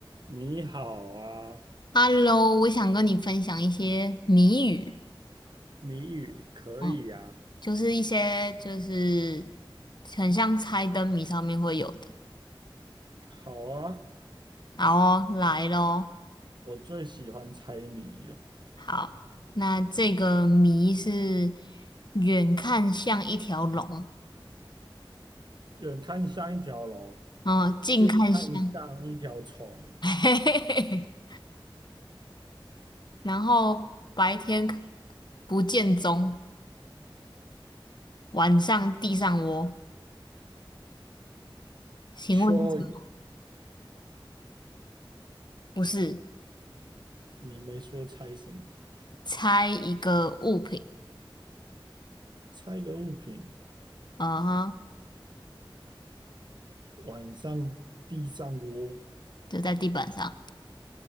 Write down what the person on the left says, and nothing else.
Hello，我想跟你分享一些谜语，
嗯，就是一些就是很像猜灯谜上面会有的。
好哦，来咯。
好，那这个谜是远看像一条龙，
嗯，近看像，
<laughs> 嘿嘿嘿，然后白天不见踪，晚上地上窝。请问是什么？
不是，
猜一个物品，
嗯哼，
就在地板上。